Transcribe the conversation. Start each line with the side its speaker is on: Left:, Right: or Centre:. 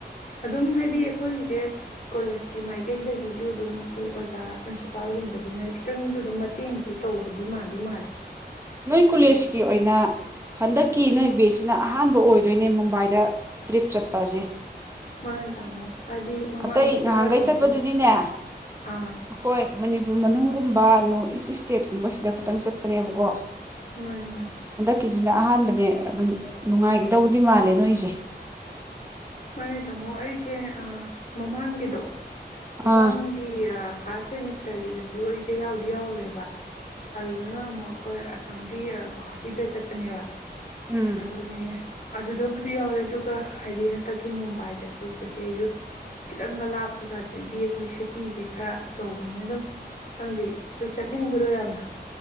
Left: ꯑꯗꯨꯝ ꯍꯥꯏꯗꯤ ꯑꯩꯈꯣꯏꯒꯤꯁꯦ ꯀꯣꯂꯦꯖꯀꯤ ꯃꯥꯏꯀꯩꯗꯒꯤꯁꯨ ꯑꯗꯨꯝ ꯑꯩꯈꯣꯏ ꯑꯣꯖꯥ ꯄ꯭ꯔꯤꯟꯁꯤꯄꯜꯒꯨꯝꯕꯩꯗꯤꯅ ꯈꯤꯇꯪꯁꯨ ꯑꯗꯨꯝ ꯃꯇꯦꯡꯁꯨ ꯇꯧꯕꯗꯤ ꯃꯥꯟꯗꯤ ꯃꯥꯜꯂꯦ
Right: ꯅꯣꯏ ꯀꯣꯂꯦꯖꯀꯤ
Left: ꯑꯗꯣ
Right: ꯑꯣꯏꯅ ꯍꯟꯗꯛꯀꯤ ꯅꯣꯏ ꯕꯦꯁꯁꯤꯅ ꯑꯍꯥꯟꯕ ꯑꯣꯏꯗꯣꯏꯅꯦ ꯃꯨꯝꯕꯥꯏꯗ ꯇ꯭ꯔꯤꯞ ꯆꯠꯄ ꯑꯁꯦ
Left: ꯃꯥꯅꯦ ꯇꯥꯃꯣ ꯍꯥꯏꯗꯤ ꯃꯃꯥꯡꯗꯤ
Right: ꯑꯇꯩ
Left: ꯆꯠꯂꯒꯁꯨ
Right: ꯉꯍꯥꯟꯒꯩ ꯆꯠꯄꯗꯨꯗꯤꯅꯦ ꯑꯩꯈꯣꯏ
Left: ꯑꯥ
Right: ꯃꯅꯤꯄꯨꯔ ꯃꯅꯨꯡꯒꯨꯝ ꯕꯥ ꯅꯣꯔꯠ ꯏꯁ ꯏꯁꯇꯦꯠꯀꯨꯝꯕꯁꯤꯗ ꯈꯇꯪ ꯆꯠꯄꯅꯦꯕꯀꯣ
Left: ꯃꯥꯅꯦ ꯃꯥꯅꯦ
Right: ꯀꯤꯖꯤꯅ ꯑꯍꯥꯟꯕꯅꯦ ꯑꯗꯨꯝ ꯅꯨꯡꯉꯥꯏꯒꯗꯧꯕꯗꯤ ꯃꯥꯜꯂꯦ ꯅꯣꯏꯁꯦ
Left: ꯃꯥꯅꯦ ꯇꯥꯃꯣ ꯑꯩꯁꯦ ꯑꯥ ꯃꯃꯥꯡꯒꯤꯗꯣ ꯃꯃꯥꯡꯒꯤ
Right: ꯑꯥ
Left: ꯑꯥ ꯐꯥꯔꯁ ꯁꯦꯃꯤꯁꯇꯔꯒꯤꯗꯁꯨ ꯑꯩꯁꯦ ꯌꯥꯎꯗꯤ ꯌꯥꯎꯔꯦꯕ ꯑꯗꯨꯗꯨꯅ ꯑꯃꯨꯛ ꯑꯩꯈꯣꯏ ꯑꯁꯥꯝꯒꯤ ꯒꯧꯍꯥꯇꯤꯗ ꯆꯠꯄꯅꯦꯕ
Right: ꯎꯝ
Left: ꯑꯗꯨꯅꯦ ꯑꯗꯨꯗꯕꯨꯗꯤ ꯌꯥꯎꯔꯦ ꯑꯗꯨꯒ ꯍꯥꯏꯗꯤ ꯍꯟ ꯍꯟꯇꯛꯀꯤ ꯃꯨꯝꯕꯥꯏ ꯆꯠꯄꯁꯤꯗꯗꯤ ꯑꯩꯁꯨ ꯈꯤꯇꯪꯒ ꯂꯥꯞꯄꯒ ꯑꯗꯒꯤ ꯑꯩꯈꯣꯏ ꯁꯤꯇꯤꯁꯦ ꯈꯔ ꯑꯆꯧꯕꯅꯤꯅ ꯑꯗꯨꯝ ꯈꯪꯗꯦ ꯑꯩꯈꯣꯏ ꯆꯠꯅꯤꯡꯕꯗꯣ ꯌꯥꯝꯅ